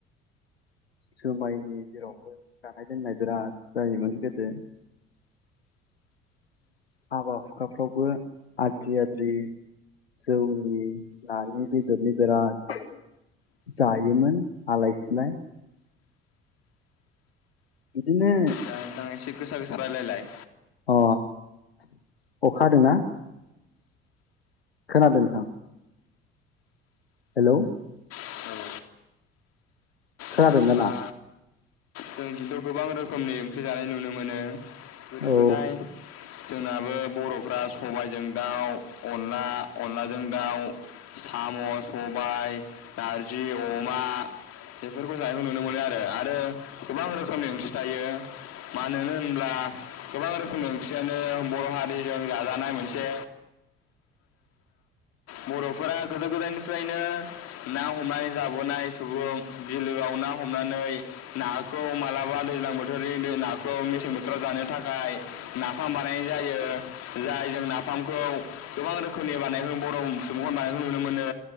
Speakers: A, on the left (about 90°); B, on the left (about 55°).
A: जुमायनि जेरावबो जानाय लोंनाय बिराद जायोमोन गोदो हाबा हुखाफ्रावबो आद्रि आद्रि जौनि नानि बेदरनि बिराद जायोमोन आलाय सिलाय बिदिनो
B: दा नोंथां एसे गोसा गोसा रायलायलाय
A: अ अखा हादोंना खोनादों नोंथां हेलौ
B: औ
A: खोनादों
B: दा ओमबा
A: दाना
B: जोंनिथिंथ' गोबां रोखोमनि ओंख्रि जानाय नुनो मोनो गोदो
A: औ
B: गोदाय जोंनाबो बर'फ्रा सबायजों दाउ अनला अनलाजों दाउ साम' सबाय नारजि अमा बेफ जानायखौ नुनो मोनो आरो आरो गोबां रोखोमनि ओंख्रि थायो मानो होनब्ला गोबां रोखोमनि ओंख्रियानो बर' हारिजों जाजानाय मोनसे बर'फोरा गोदो गोदायनिफ्रायनो ना हमनाय जाबोनाय सुबुं बिलोआव ना हमनानै नाखौ मालाबा दैज्लां बोथोरनि बे नाखौ मेसें बोथोराव जानो थाखाय नाफाम बानायनाय जायो जाय जों नाफाम खौ गोबां रोखोमनि बानाय बर' सुबुंखौ बानायनायखौ नुनो मोनो